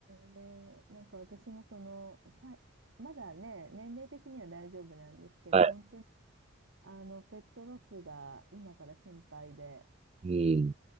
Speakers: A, on the right; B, on the right.
A: ねえなんか私もその、さ、まだね、年齢的には大丈夫なんですけど、
B: はい。
A: 本当にあのペットロスが今から心配で、
B: うん。